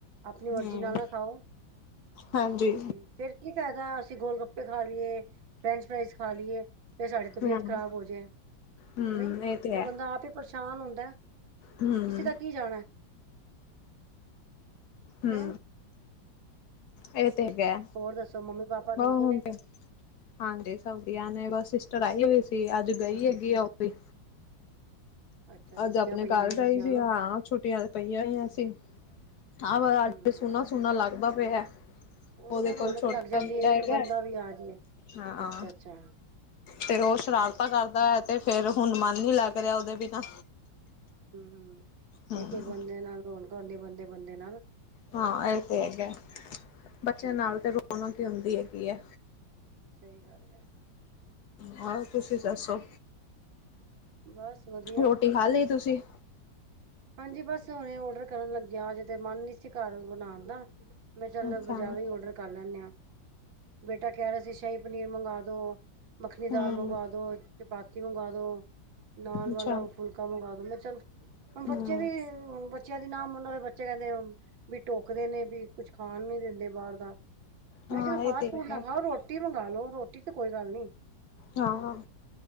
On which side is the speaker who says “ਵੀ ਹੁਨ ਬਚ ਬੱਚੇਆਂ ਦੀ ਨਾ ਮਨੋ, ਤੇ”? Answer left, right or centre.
Right